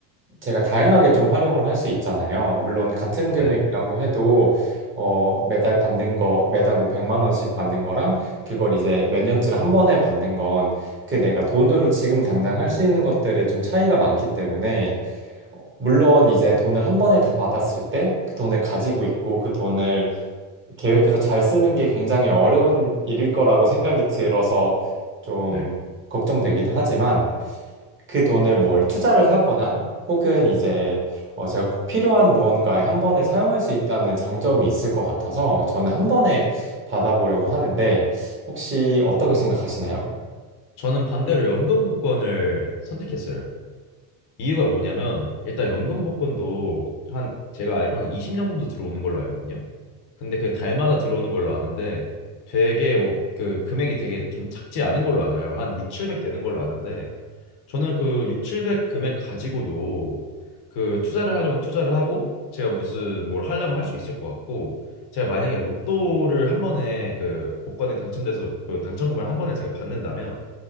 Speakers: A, on the right; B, on the left.
A: 제가 다양하게 좀 활용을 할 수 있잖아요. 물론 같은 금액이라고
B: 네,
A: 해도 어, 매달 받는 거, 매달 뭐 100만 원씩 받는 거랑 그걸 이제 몇 년치를 한 번에 받는 건 그 내가 돈으로 지금 당장 할 수 있는 것들에 좀 차이가 많기 때문에 어, 물론 이제 돈을 한 번에 다 받았을 때 그 돈을 가지고 있고 그 돈을 계획해서 잘 쓰는 게 굉장히 어려운 일일 거라고 생각이 들어서 좀
B: 네.
A: 걱정되기도 하지만 그 돈을 뭘 투자를 하거나 혹은 이제 어, 제가 꼭 필요한 무언가에 한 번에 사용할 수 있다는 장점이 있을 것 같아서 저는 한 번에 받아보려고 하는데 혹시 어떻게 생각하시나요?
B: 저는 반대로 연금 복권을 선택했어요. 이유가 뭐냐면, 일단 연금 복권도 한, 제가 알기로 한 20년 정도 들어오는 걸로 알거든요. 근데 그게 달마다 들어오는 걸로 아는데 되게 뭐 그 금액이 되게 좀 작지 않은 걸로 알아요. 한 6, 700 되는 걸로 아는데 저는 그 6, 700 금액 가지고도 그 투자를 하려면 투자를 하고 제가 무슨 뭘 하려면 할 수 있을 것 같고 제가 만약에 로또를 한 번에 그 복권에 당첨돼서 그 당첨금을 한 번에 제가 받는다면